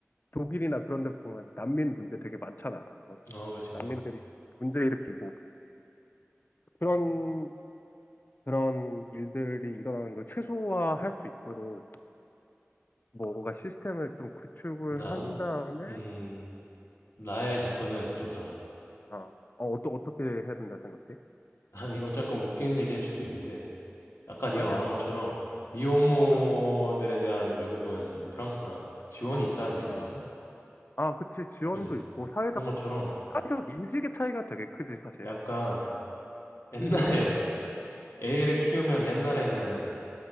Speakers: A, on the left; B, on the left.
A: 독일이나 그런 데 보면 난민 문제 되게 많잖아. 뭐
B: 어, 그지,
A: 난민들이
B: 그지.
A: 문제 일으키고 그런 그런 일들이 일어나는 걸 최소화할 수 있도록 뭐 뭔가 시스템을 좀 구축을
B: 난,
A: 한 다음에
B: 음, 나의 접근은 좀 달라.
A: 어, 어, 어떠, 어떻게 해야 된다 생각해?
B: 난 이거 조금 웃기는 얘기일 수도 있는데, 아까 네가
A: 아니야,
B: 말한 것처럼
A: 아니야.
B: 미혼모들에
A: 아,
B: 대한 외국은 프랑스나 지원이 있다는 얘기잖아?
A: 아, 아, 그치. 지원도
B: 그지?
A: 있고, 사회적,
B: 그런 것처럼
A: 사회적 인식의 차이가 되게 크지, 사실.
B: 약간 옛날에 <laughs> 애를 키우면 옛날에는